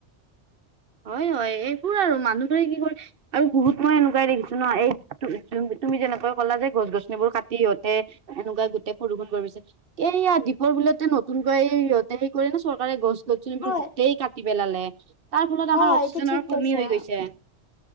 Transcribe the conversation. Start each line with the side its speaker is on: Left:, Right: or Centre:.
Right: হয় হয়, এইবোৰ আৰু মানুহবোৰে কি কৰে আৰু বহুত মই এনেকুৱাই দেখিছো ন', এই তুমি যেনেকৈ ক'লা যে গছ গছনিবোৰ কাটি ইহঁতে এনেকুৱা গোটেই প্ৰদূষণ কৰিছে এই ইয়াত দ্বীপৰ বিলতে, নতুনকৈ ইহঁতে হেৰি কৰে ন', চৰকাৰে গছ গছনিবোৰ
Left: হয়
Right: গোটেই কাটি পেলালে, তাৰ ফলত
Left: হয়
Right: আমাৰ অক্সিজেনৰ
Left: এইটো ঠিক কৈছা।
Right: কমি হৈ গৈছে।